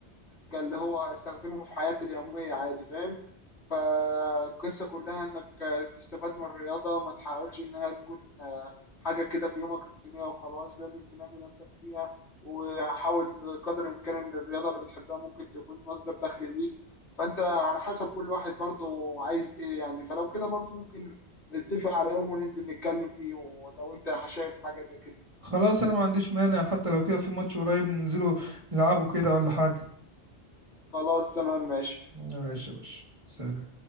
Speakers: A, on the left (about 70°); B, on the right (about 30°).
A: كان اللي هو استخدمه في حياتي اليومية عادي فاهم فالقصة كلها انك تستفاد من الرياضة ما تحاولش انها تكون آه، حاجة كده في يومك روتينية وخلاص لازم تنمي نفسك فيها وحاول بقدر الامكان ان الرياضة اللي بتحبها ممكن تكون مصدر دخل ليك فانت على حسب كل واحد برضه عايز ايه يعني فلو كده برضه ممكن نتفق على يوم وننزل نتكلم فيه ولو انت شايف حاجة زي كده
B: خلاص انا ما عنديش مانع حتى لو كده في ماتش قريب ننزله نلعبه كده ولا حاجه
A: خلاص تمام ماشي
B: ماشي يا باشا سلام